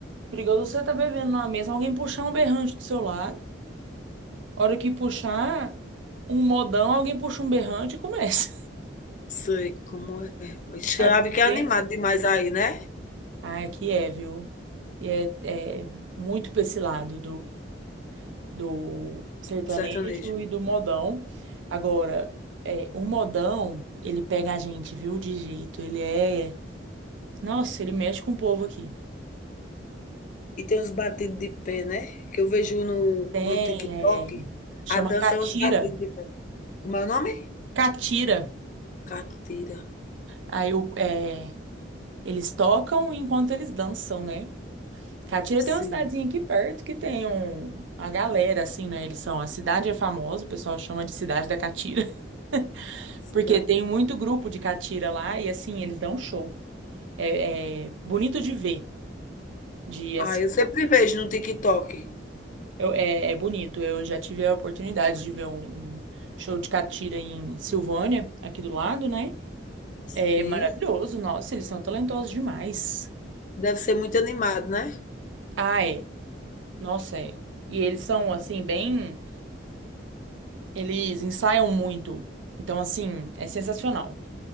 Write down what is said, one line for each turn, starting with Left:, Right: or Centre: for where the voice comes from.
Right: Perigoso você tá bebendo numa mesa, alguém puxar um berrante do seu lado. Hora que puxar um modão, alguém puxa um berrante e começa.
Left: Sei como é.
Right: <laughs>
Left: Ixi,
Right: Aqui
Left: deve que
Right: é
Left: é
Right: bem
Left: animado
Right: assim.
Left: demais aí, né,
Right: Ah, aqui é, viu? E é, é muito pra esse lado do sertanejo
Left: sertanejo.
Right: e do modão. Agora, é, o modão, ele pega a gente, viu, de jeito. Ele é. Nossa, ele mexe com o povo aqui.
Left: E tem uns batidos de pé, né, que eu vejo no
Right: Tem,
Left: no TikTok,
Right: é, chama
Left: a dança
Right: catira.
Left: é uns batidos de pé. Como é o nome?
Right: Catira.
Left: Catira.
Right: Aí o- é, eles tocam enquanto eles dançam, né? Catira tem
Left: Sim.
Right: uma cidadezinha aqui perto que tem um, uma galera, assim, né? Eles são. A cidade é famosa, o pessoal chama de Cidade da Catira, <laughs>
Left: Cidade
Right: porque tem muito grupo de catira lá e, assim, eles dão show. É, é bonito de ver, de
Left: Ah,
Right: assim,
Left: eu sempre vejo no TikTok.
Right: eu- é, é bonito. Eu já tive a oportunidade de ver um, um show de catira em Silvânia, aqui do lado, né?
Left: Sim.
Right: É maravilhoso, nossa, eles são talentosos demais.
Left: Deve ser muito animado, né?
Right: Ah, é. Nossa, é. E eles são, assim, bem. Eles ensaiam muito. Então, assim, é sensacional.